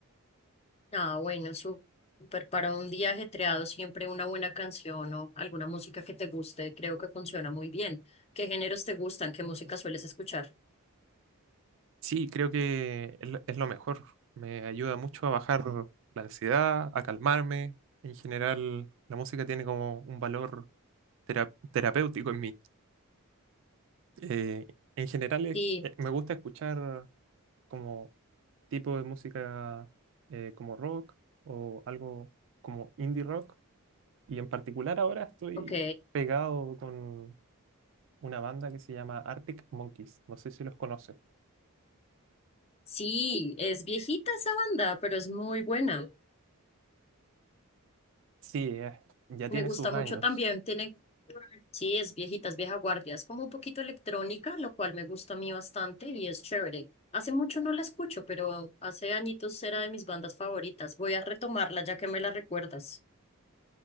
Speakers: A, on the left; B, on the right.
A: Ah, bueno, sú- súper. Para un día ajetreado, siempre una buena canción o alguna música que te guste, creo que funciona muy bien. ¿Qué géneros te gustan? ¿Qué música sueles escuchar?
B: Sí, creo que es lo es lo mejor. Me ayuda mucho a bajar la ansiedad, a calmarme. En general, la música tiene como un valor tera- terapéutico en mí. Eh, en general, es-
A: Sí,
B: eh, me gusta escuchar como tipo de música eh, como rock o algo como indie rock Y en particular ahora estoy
A: ok.
B: pegado con una banda que se llama Arctic Monkeys. No sé si los conoces.
A: Sí, es viejita esa banda, pero es muy buena.
B: Sí, es- ya
A: Me
B: tiene
A: gusta
B: sus
A: mucho
B: años.
A: también. Tiene Sí, es viejitas, vieja guardia. Es como un poquito electrónica, lo cual me gusta a mí bastante y es chévere. Hace mucho no la escucho, pero hace añitos era de mis bandas favoritas. Voy a retomarla ya que me la recuerdas.